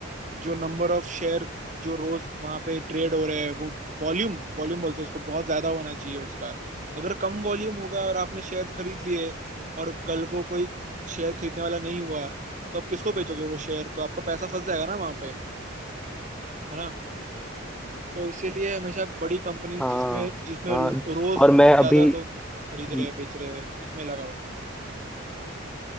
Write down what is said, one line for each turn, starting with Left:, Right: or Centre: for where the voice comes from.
Right: जो नंबर ऑफ शेयर्स जो रोज वहां पे ट्रेड हो रहे हैं वो वॉल्यूम वॉल्यूम बोलते हैं उसको बहुत ज्यादा होना चाहिए उसका अगर कम वॉल्यूम होगा और आपने शेयर खरीद लिए और कल को कोई शेयर खरीदने वाला नहीं हुआ तो आप किसको बेचोगे वो शेयर तो आपका पैसा फंस जाएगा ना वहां पे है ना तो इसीलिए हमेशा बड़ी कंपनी
Centre: हाँ
Right: जिसमें जिसमें
Centre: हाँ
Right: रोज
Centre: और
Right: ज्यादा
Centre: मैं अभी
Right: लोग खरीद
Centre: हम्म,
Right: रहे हैं बेच रहे हैं उसमें लगाओ